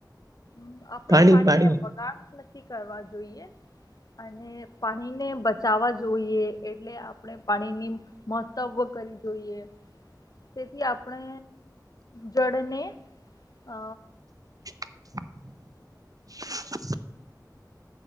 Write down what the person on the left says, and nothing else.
મ આપણે
પાણીને
બગાડ નથી કરવા જોઈએ. અને પાણીને બચાવા જોઈએ એટલે આપણે પાણીની મહત્વ કરવી જોઈએ. તેથી આપણે જળને અ